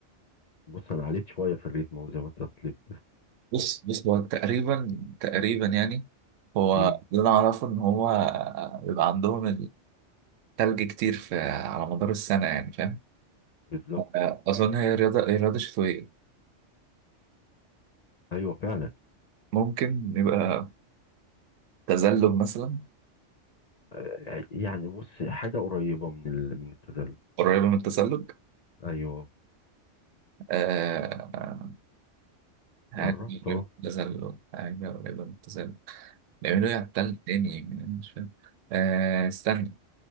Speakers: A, on the left; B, on the right.
A: بص انا عليت شوية في الريتم زي ما انت طلبت
B: بص بص هو تقريبا تقريبا يعني هو
A: مم،
B: اللي أنا أعرفه إن هو بيبقى عندهم التلج كتير في على مدار السنة يعني فاهم
A: بالظبط
B: آه. أظن هي رياضة هي رياضة شتوية
A: ايوه فعلا
B: ممكن يبقى تزلج مثلا
A: آه، يعني بص حاجة قريبة من ال... من التزلج
B: قريبة من التزلج
A: ايوه
B: آه. عارف
A: قربت اه
B: اعتزل وحاجة ولا اعتزل لأنه يعتزل تاني يعني أنا مش فاهم آه استنى